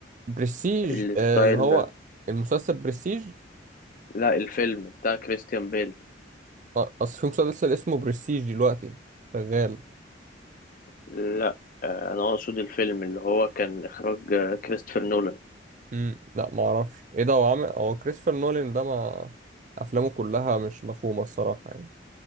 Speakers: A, on the right (about 40°); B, on the left (about 45°).
A: برستيج
B: الستايل
A: آه، اللي هو
B: ده
A: المسلسل برستيج
B: لا الفيلم بتاع كريستيان بيل
A: آه، اصل في مسلسل اسمه برستيج دلوقتي شغال
B: لا آه، انا اقصد الفيلم اللي هو كان اخراج آه، كريستوفر نولان
A: مم. لا ما اعرفش ايه ده هو عامل هو كريستوفر نولان ده ما افلامه كلها مش مفهومة الصراحة يعني